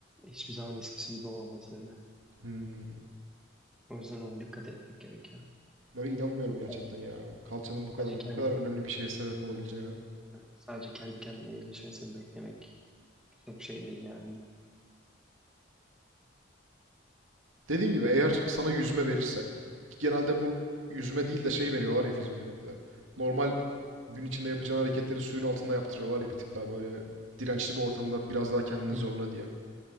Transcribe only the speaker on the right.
Hmm.
Böyle inanmıyorum gerçekten
ya. Kalçanın bu kadar
bu kadar önemli bir şeye sebep olabileceğine.
Dediğim gibi eğer sana yüzme verirse ki genelde bu yüzme değil de şey veriyorlar ya fizyoterapide. Normal gün içinde yapacağın hareketleri suyun altında yaptırıyorlar ya bir tık daha böyle dirençli bir ortamda biraz daha kendini
zorla diye.